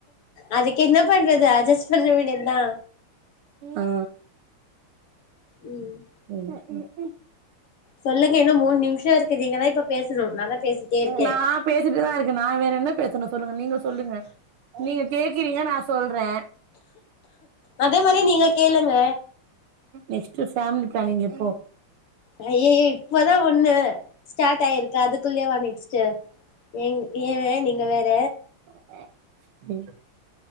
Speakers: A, on the left; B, on the right.
A: அதுக்கென்ன பண்றது அட்ஜஸ் பண்ண வேண்டியதா
B: ஆ
A: ம்
B: <unintelligible>
A: சொல்லுங்க இன்னு மூணு நிமிஷோ இருக்கு நீங்கதா இப்ப பேசணு நான்தா பேசிட்டே இருக்கே
B: நா பேசிட்டுதா இருக்கே நா வேற என்னப் பேசனு சொல்லுங்க நீங்க சொல்லுங்க நீங்க கேக்குறீங்க நா சொல்றே
A: அதே மாரி நீங்க கேளுங்க
B: நெக்ஸ்ட் ஃபேமிலி பிளானிங் எப்போ
A: அய்யய்யோ இப்பதா ஒண்ணு ஸ்டார்ட் ஆயிருக்கு அதுக்குள்ளயேவா நெக்ஸ்ட்டு ஏங் ஏவே நீங்க வேற
B: <unintelligible>